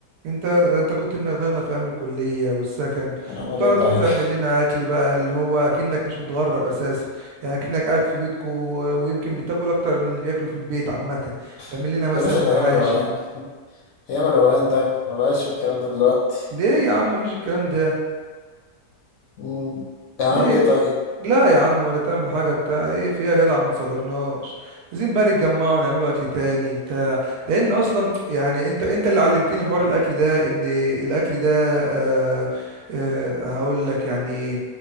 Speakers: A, on the right; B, on the left.
A: انت ده انت كنت منغنغنا في ايام الكليه والسكن
B: هنعمل
A: كنت على
B: إيه طيب
A: طول تعمل لنا اكل بقى اللي هو اكنك مش متغرب اساسا يعني اكنك قاعد في بيتكو ويمكن بتاكل اكتر من اللي بياكلوا في البيت عامه بتعمل
B: <laughs>
A: لنا مثلا
B: يا باشا ده
A: محاشي
B: أيام الروقان أيام الروقان ده ما بقاش في الكلام ده دلوقتي
A: ليه يا عم مفيش الكلام ده
B: مم. يعني
A: ليه
B: هنعمل ايه طيب؟
A: لا يا عم ولا تعمل حاجه بتاع ايه في ايه يا جدع ما تصغرناش عايزين بقى نتجمع ونعملوا اكل تاني بتاع لان اصلا يعني انت انت اللي علمتني حوار الاكل ده ان الاكل ده آه آه هقول لك يعني